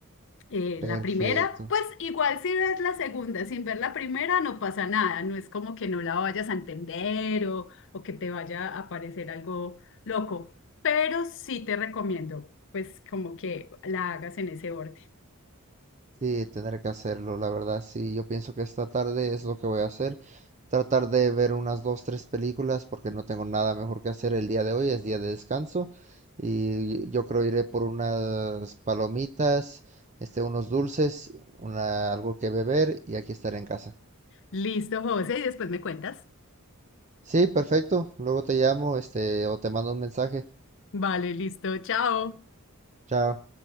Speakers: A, on the left; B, on the right.
A: eh,
B: perfecto.
A: la primera, pues igual si ves la segunda sin ver la primera no pasa nada, no es como que no la vayas a entender o, o que te vaya a parecer algo loco, pero sí te recomiendo pues como que la hagas en ese orden.
B: Sí, tener que hacerlo, la verdad, sí, yo pienso que esta tarde es lo que voy a hacer, tratar de ver unas dos, tres películas porque no tengo nada mejor que hacer el día de hoy, es día de descanso y yo creo iré por unas palomitas, este, unos dulces, una, algo que beber y aquí estaré en casa.
A: Listo, José, y después me cuentas.
B: Sí, perfecto, luego te llamo, este, o te mando un mensaje.
A: Vale, listo, chao.
B: Chao.